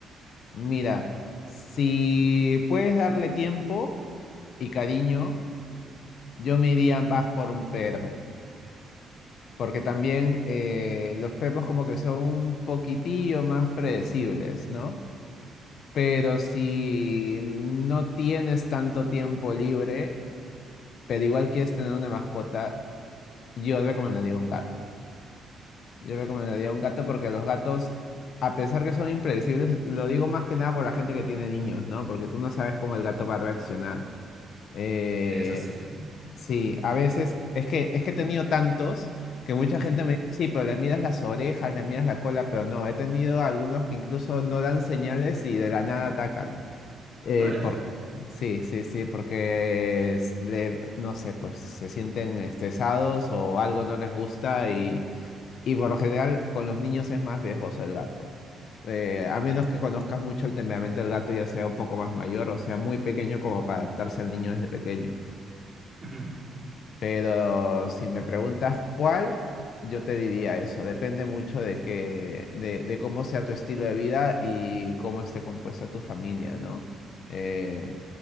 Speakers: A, on the left; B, on the right.
A: Mira, si puedes darle tiempo y cariño, yo me iría más por un perro, porque también eh, los perros como que son un poquitillo más predecibles, ¿no? Pero si no tienes tanto tiempo libre, pero igual quieres tener una mascota, yo recomendaría un gato. Yo recomendaría un gato porque los gatos, a pesar que son impredecibles, lo digo más que nada por la gente que tiene niños, ¿no? Porque tú no sabes cómo el gato va a reaccionar. Eh,
B: Eso sí.
A: sí, a veces es que, es que he tenido tantos que mucha
B: <laughs>
A: gente me dice, sí, pero le miras las orejas, le miras la cola, pero no, he tenido algunos que incluso no dan señales y de la nada atacan. Eh,
B: Órale.
A: por- sí, sí, sí, porque es- le- no sé, pues se sienten estresados o algo no les gusta y y por lo general, con los niños es más riesgoso el gato. Eh, a menos que conozcas mucho el temperamento del gato, ya sea un poco más mayor o sea muy pequeño como para adaptarse al niño desde pequeño.
B: Ujú,
A: Pero si me preguntas cuál, yo te diría eso. Depende mucho de que, de, de cómo sea tu estilo de vida y cómo esté compuesta tu familia, ¿no? Eh,